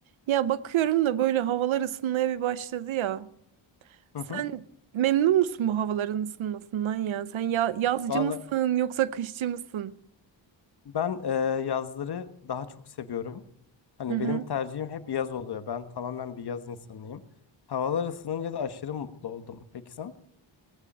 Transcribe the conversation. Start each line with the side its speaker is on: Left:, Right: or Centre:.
Right: Ya bakıyorum da böyle havalar ısınmaya bir başladı ya. Sen
Left: Hı hı.
Right: memnun musun bu havaların ısınmasından ya? Sen ya yazcı
Left: Valla
Right: mısın yoksa kışçı mısın?
Left: ben e, yazları daha çok seviyorum. Hani
Right: Hı hı.
Left: benim tercihim hep yaz oluyor. Ben tamamen bir yaz insanıyım. Havalar ısınınca da aşırı mutlu oldum. Peki sen?